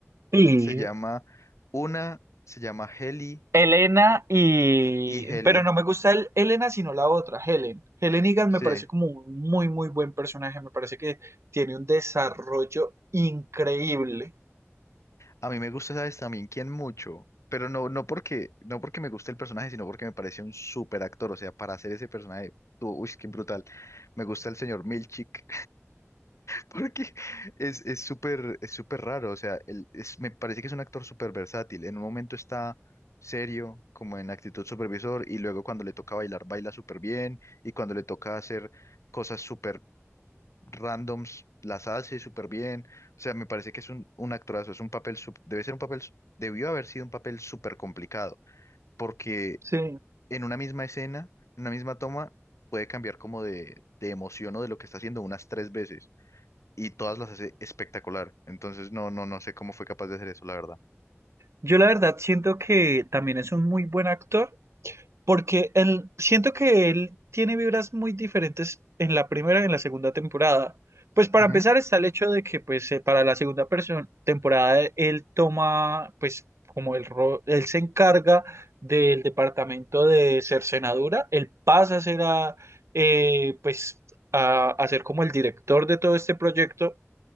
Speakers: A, on the right (about 65°); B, on the left (about 75°).
A: y
B: se llama una, se llama Heli
A: Elena y,
B: y Heli.
A: pero no me gusta el, Elena sino la otra, Helen. Helen Egan
B: Sí,
A: me parece como un muy, muy buen personaje, me parece que tiene un desarrollo increíble.
B: a mí me gusta, ¿sabes? También quién mucho, pero no, no porque, no porque me guste el personaje, sino porque me parece un súper actor, o sea, para hacer ese personaje, tú, uy, qué brutal. Me gusta el señor Milchik. Porque es es súper es súper raro, o sea, él es, me parece que es un actor súper versátil. En un momento está serio, como en actitud supervisor, y luego cuando le toca bailar, baila súper bien, y cuando le toca hacer cosas súper randoms, las hace súper bien. O sea, me parece que es un, un actorazo, es un papel, sup- debe ser un papel, s- debió haber sido un papel súper complicado, porque
A: Sí,
B: en una misma escena, en una misma toma, puede cambiar como de, de emoción o de lo que está haciendo unas tres veces y todas las hace espectacular. Entonces, no, no, no sé cómo fue capaz de hacer eso, la verdad.
A: yo la verdad siento que también es un muy buen actor Porque él, siento que él tiene vibras muy diferentes en la primera y en la segunda temporada. Pues para
B: Ujú,
A: empezar está el hecho de que pues eh, para la segunda perso- temporada él toma pues como el ro- él se encarga del departamento de cercenadura, él pasa a ser a, eh, pues a, a ser como el director de todo este proyecto